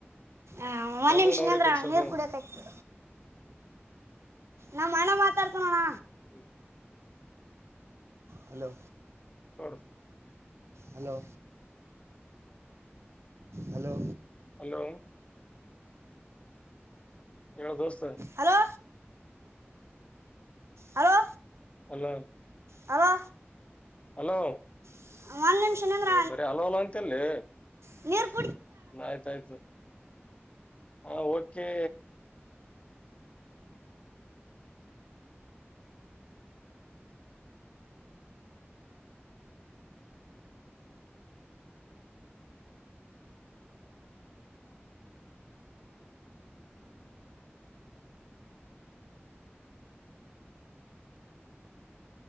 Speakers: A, on the right; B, on the left.
A: ಎ ಒಂದ್
B: ನಮಗನ್
A: ನಿಮಷ
B: ಅವರೇ
A: ನಿಂದ್ರ
B: ಕಲ್ಸರ್
A: ನೀರ್
B: ನಾವು
A: ಕುಡಿಯಕತ್ತಿ. ನಮ್ಮ ಅಣ್ಣ ಮಾತಾಡ್ತಣ್ಣಣ.
B: <unintelligible>
A: ಹಲೋ
B: ತೋರ್ಸ.
A: ಹಲೋ ಹಲೋ
B: ಹಲೋ ಹೇಳು ದೋಸ್ತ.
A: Hello hello
B: hello
A: hello
B: hello
A: <inaudible> ನಿಂದ್ರ
B: ಏ ಬರಿ ಹಲೋ ಹಲೋ ಅಂತಲ್ಲೇ.
A: ನೀರ್.
B: ಆಯ್ತಾಯ್ತು ಹ ಓಕೆ.